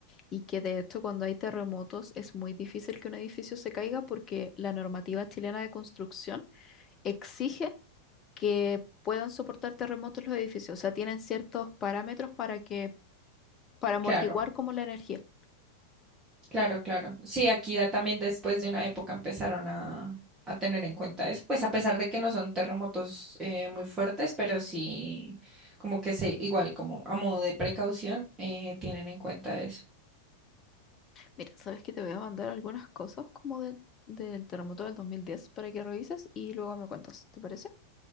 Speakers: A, on the left (about 30°); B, on the right (about 20°).
A: y que de hecho cuando hay terremotos es muy difícil que un edificio se caiga porque la normativa chilena de construcción exige que puedan soportar terremotos los edificios. O sea, tienen ciertos parámetros para que, para amortiguar
B: Claro.
A: como la energía.
B: Claro, claro. Sí, aquí ya también después de una época empezaron a, a tener en cuenta eso, pues a pesar de que no son terremotos eh, muy fuertes, pero sí como que se, igual como a modo de precaución, eh, tienen en cuenta eso.
A: Mira, sabes que te voy a mandar algunas cosas como del, del terremoto del 2010 para que revises y luego me cuentas, ¿te parece?